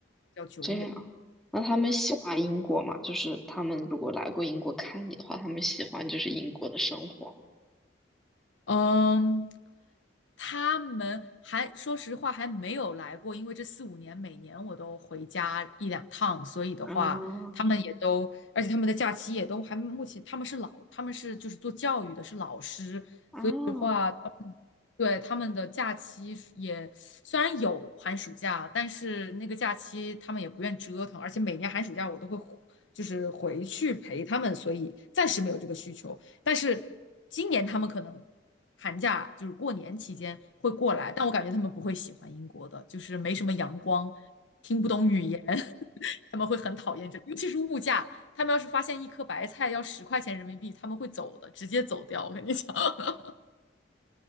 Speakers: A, on the left (about 90°); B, in the centre.
A: 比较久远。
B: 这样，那他们喜欢英国吗？就是他们如果来过英国看你的话，他们喜欢就是英国的生活吗？
A: 嗯，他们还说实话还没有来过，因为这四五年每年我都回家一两趟，所以的话，
B: 啊
A: 他们嗯也都，而且他们的假期也都还目前他们是老，他们是就是做教育的，是老师，
B: 啊，
A: 所以的话。对，他们的假期是也虽然有寒暑假，但是那个假期他们也不愿折腾，而且每年寒暑假我都会回就是回去陪他们，所以暂时没有这个需求。但是今年他们可能寒假就是过年期间会过来，但我感觉他们不会喜欢英国的，就是没什么阳光，听不懂语言，<laughs> 他们会很讨厌这，尤其是物价，他们要是发现一颗白菜要十块钱人民币，他们会走的，直接走掉，我跟你讲。<laughs>